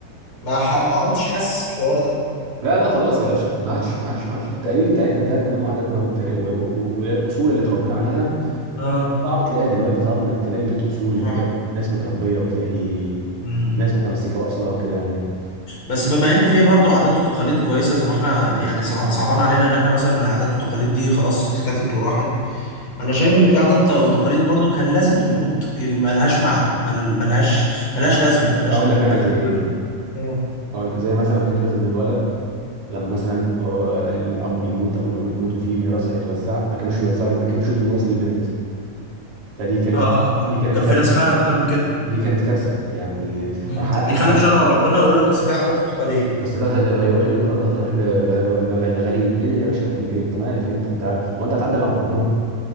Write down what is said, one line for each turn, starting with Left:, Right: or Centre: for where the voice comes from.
Left: ما ح... ما كنتش حاسس الحوار ده
Right: لا لا خلاص يا باشا ما عادش ما عادش ما عادش التقاليد بتاعتنا بتاعت زمان وعاداتنا وتاريخ- و- و- و- والاصول اللي اتربينا عليها
Left: اه
Right: صعب تلاقيها دلوقتي صعب انك تلاقي بيت اصول وتلاقي
Left: صح
Right: ناس متربيه وتلاقي
Left: امم
Right: ناس متمسكه باصلها وكده يعني
Left: بس بما ان في برضه عادات وتقاليد كويسه زي ما احنا يعني صع- صعبان علينا ان احنا مثلا العادات والتقاليد دي خلاص اختفت وراحت انا شايف ان في عادات وتقاليد برضه كان لازم تموت يعني ملهاش معنى مل- ملهاش ملهاش لازمه ملهاش
Right: اقول
Left: ملهاش
Right: لك انا زي ايه
Left: لازمه مم.
Right: اقول زي مثلا فكره ان الولد لما مثلا آه، الاب يموت او الام تموت وفي ميراث هيتوزع ما كانوش يوزعوا ما كانوش يدوا الميراث للبنت فدي كانت
Left: اه اه
Right: دي كانت
Left: كان
Right: كارثه
Left: في ناس فعلا بتعمل كده
Right: دي كانت كارثه يعني
Left: امم
Right: ح-
Left: بيخالف
Right: حال
Left: شرع ربنا ويقول لك اصل دي عادات وتقاليد
Right: بس ده هي- هيروح الارض هتروح ل- ل- ل- لغريب ايه يا باشا الغريب ايه انت مالك انت انت هو انت هتعدل على ربنا